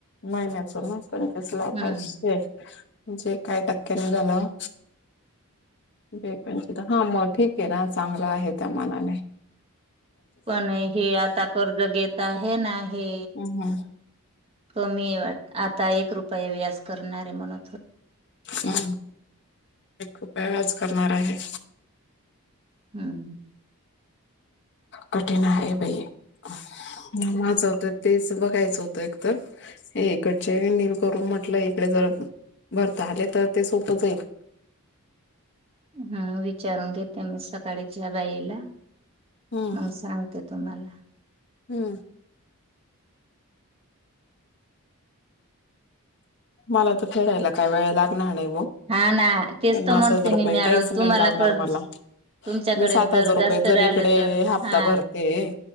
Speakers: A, on the left; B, on the right.
A: महिन्याच मग पंचवीस ला
B: हम्म
A: पाचशे म्हणजे काय टक्के ने झालं बे पं हा मग ठीक आहे ना चांगलं आहे त्या मनाने
B: पण हे आता कर्ज घेत आहे. हे ना-हे
A: हम्म
B: कमी आता एक. रुपये व्याज करणारे म्हणून.
A: हम <unintelligible> करणार आहे.
B: हम्म
A: कठीण आहे बाई <unintelligible> मी माझं होतं तेच बघायचं होतं एकतर इकडचे नील करून म्हटलं इकडे जर भरता आले तर ते खूप <unintelligible>
B: हम विचारुन घेते मी <unintelligible> <unintelligible> बाईला
A: हम्म
B: आं सांगते तुम्हाला
A: हम्म. मला तर फेडायला काय वेळ लागणारे.
B: हा ना तेच
A: पन्नास
B: तर म्हणते
A: हजार रुपये
B: मी मॅडम
A: काहीच नाही
B: तुम्हाला
A: लागणार
B: कर
A: मला
B: तुमच्याकडे
A: मी सात
B: जर
A: हजार रुपये
B: जास्त राहिलं
A: जर इकडे
B: तर
A: हप्ता
B: हा
A: भरतेये